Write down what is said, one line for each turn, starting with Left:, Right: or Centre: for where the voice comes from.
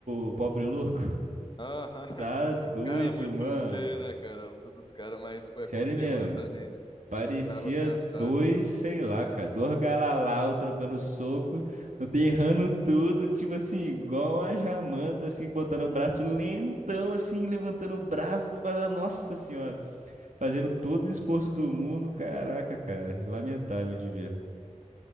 Right: o pobre louco.
Left: Aham. <laughs>
Right: Tá doido,
Left: Cara, muito
Right: mano.
Left: feio, né, cara? A luta dos caras, mas, pô,
Right: Sério
Left: é conteúdo
Right: mesmo.
Left: também, né?
Right: Parecia
Left: Se parar pra pensar.
Right: dois, sei lá, cara, dois galalau trocando soco, derrando tudo, tipo assim, igual a jamanta, assim, botando o braço lentão, assim, levantando o braço, mas, nossa senhora, fazendo todo o esforço do mundo, caraca, cara, lamentável de ver.